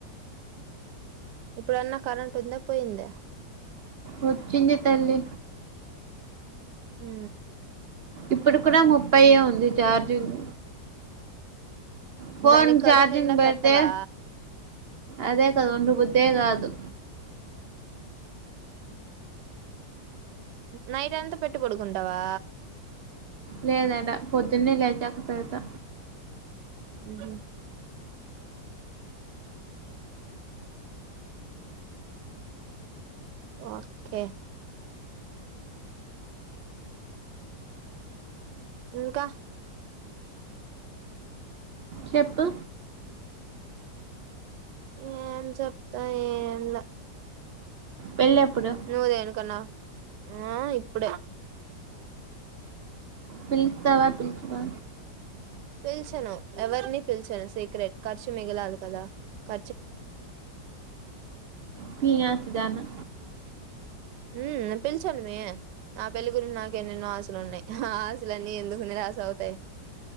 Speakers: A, on the right; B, on the right.
A: ఇప్పుడన్న కరెంట్ ఉందా పోయింద
B: వచ్చిందిత అల్లి
A: హూ
B: ఇప్పుడు కూడా ముప్పైయ్యే ఉంది చార్జింగ్ ఫోన్
A: దానికి కడుపు
B: చార్జింగ్
A: నిండా
B: బెడితే
A: పెట్టవా
B: అదే కాదు ఉండ బుద్ధే గాదు
A: నైట్ అంత పెట్టు పడుకుంటవా
B: లేదేడ పొద్దున్నే లేచాక పెడతా
A: ఉహు ఓకే ఇంకా
B: చెప్పు
A: ఏం చెప్తా ఏంలే
B: పెళ్ళెప్పుడు
A: నువ్ దేనికన్నావ్ ఆ ఇప్పుడే
B: పిలిస్తావా పిలుచుకో
A: పిల్చను ఎవర్ని పిల్చను సీక్రెట్ ఖర్చు మిగిలాలి కదా క
B: పీనాసిదానా
A: ఊమ్ నేనె పిలిచాను మే నా పెళ్లి గురించి నాకు ఎన్నెన్నో ఆశలు ఉన్నయ్, ఆ ఆశలన్నీ ఎందుకు నిరాశ అవుతాయ్.